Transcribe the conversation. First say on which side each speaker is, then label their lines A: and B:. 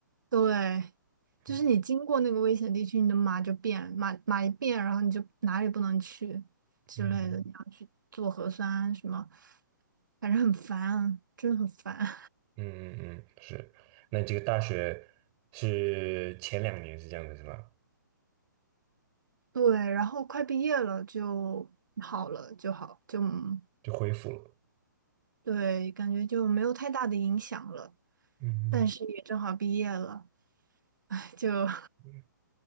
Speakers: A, on the right; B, on the right.
A: 对，就是你经过那个危险地区，
B: 嗯
A: 你的码就变，码码一变，然后你就哪里不能去之类的，
B: 嗯
A: 你要去做核酸什么，反正很烦啊，真的很烦。
B: 嗯嗯，嗯，是。那你这个大学是前两年是这样子是吧？
A: 对，然后快毕业了就好了，就好，就嗯
B: 就恢复了。
A: 对，感觉就没有太大的影响了。
B: 嗯
A: 但是也正好毕业了，<laughs> 就
B: 嗯。